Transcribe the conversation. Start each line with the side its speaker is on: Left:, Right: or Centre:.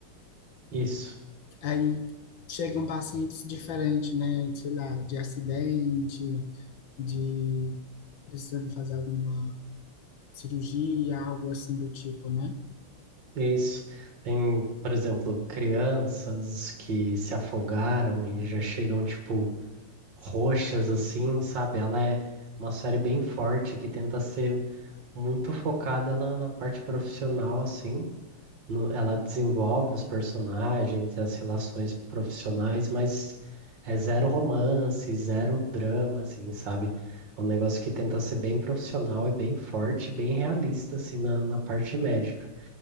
Right: Isso,
Left: Aí chegam pacientes diferentes, né, sei lá, de acidente, de precisando fazer alguma cirurgia, algo assim do tipo, né?
Right: isso. Tem, por exemplo, crianças que se afogaram e já chegam, tipo, roxas assim, sabe? Ela é uma série bem forte que tenta ser muito focada na, na parte profissional, assim, no- ela desenvolve os personagens e as relações profissionais, mas é zero romance, zero drama, assim, sabe? É um negócio que tenta ser bem profissional e bem forte, bem realista, assim, na, na parte médica.